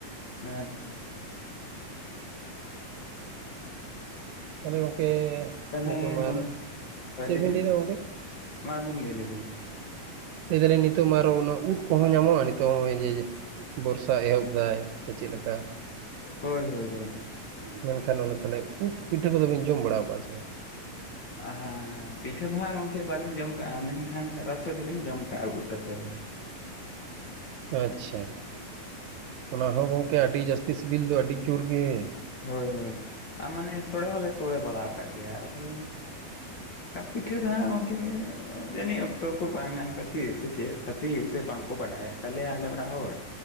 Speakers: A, on the left; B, on the right.
A: ᱟᱪᱷᱟ ᱟᱪᱷᱟ ᱾
B: ᱛᱟᱦᱚᱞᱮ ᱜᱚᱢᱠᱮ
A: ᱛᱟᱦᱚᱞᱮ
B: ᱱᱤᱛᱚᱜ ᱢᱟ
A: ᱜᱚᱝᱠᱮ
B: ᱟᱨ
A: ᱦᱳᱭ
B: ᱪᱮᱫ ᱵᱮᱱ
A: ᱵᱤᱱ
B: ᱞᱟᱹᱭ ᱮᱟ ᱜᱚᱢᱠᱮ ᱾
A: ᱢᱟ ᱟᱵᱤᱱ ᱞᱟᱹᱭ ᱞᱮᱵᱤᱱ ᱾
B: ᱞᱟᱹᱭ ᱫᱟᱞᱤᱧ ᱱᱤᱛᱚᱜ ᱢᱟ ᱟᱨᱚ ᱚᱱᱟ ᱩᱫ ᱠᱚᱦᱚᱸ ᱧᱟᱢᱚᱜᱼᱟ ᱱᱤᱛᱚᱜ ᱱᱚᱜᱼᱚᱭ ᱡᱮ ᱵᱚᱨᱥᱟ ᱮᱦᱚᱵ ᱫᱟᱭ᱾ ᱥᱮ ᱪᱮᱫ ᱞᱮᱠᱟ
A: ᱦᱳᱭ ᱦᱳᱭ ᱦᱳᱭ
B: ᱢᱮᱱᱠᱷᱟᱱ ᱚᱱᱟ ᱛᱟᱦᱚᱞᱮ ᱩᱫ ᱯᱤᱴᱷᱟᱹ ᱠᱚᱫᱚ ᱵᱤᱱ ᱡᱚᱢ ᱵᱟᱲᱟᱣ ᱠᱟᱜ-ᱟ ᱥᱮ ᱵᱟᱝ?
A: ᱦᱮᱸ ᱯᱤᱴᱷᱟᱹ ᱫᱚ ᱦᱟᱸᱜ ᱜᱚᱢᱠᱮ ᱵᱟᱹᱞᱤᱧ ᱡᱚᱢ ᱠᱟᱜ-ᱟ ᱢᱮᱱᱠᱷᱟᱱ ᱨᱟᱥᱮ ᱫᱚᱞᱤᱧ ᱡᱚᱢ ᱠᱟᱜ-ᱟ ᱩᱫ ᱨᱟᱥᱮ ᱫᱚ᱾
B: ᱟᱪᱪᱷᱟ ᱚᱱᱟ ᱦᱚᱸ ᱜᱚᱢᱠᱮ ᱟᱹᱰᱤ ᱡᱟᱹᱥᱛᱤ ᱥᱤᱵᱤᱞ ᱫᱚ ᱟᱹᱰᱤ ᱡᱳᱨ ᱜᱮ ᱾
A: ᱦᱳᱭ ᱦᱳᱭ ᱟᱨ ᱢᱟᱱᱮ ᱥᱳᱲᱮ ᱦᱚᱸᱞᱮ ᱥᱳᱲᱮ ᱵᱟᱲᱟ ᱠᱟᱜ ᱜᱮᱭᱟ, ᱟᱫᱚ ᱯᱤᱴᱷᱟᱹ ᱫᱚᱦᱟᱸᱜ ᱜᱚᱢᱠᱮ ᱡᱟᱹᱱᱤᱡ ᱚᱠᱛᱚ ᱠᱚ ᱵᱟᱝ ᱧᱟᱢ ᱠᱷᱟᱹᱛᱤᱨ ᱥᱮ ᱪᱮᱫ ᱠᱷᱟᱹᱛᱤᱨ ᱥᱮ ᱵᱟᱝᱠᱚ ᱵᱟᱰᱟᱭᱟ ᱾ ᱛᱟᱦᱚᱞᱮ ᱟᱞᱮ ᱚᱲᱟᱜ ᱦᱚᱲ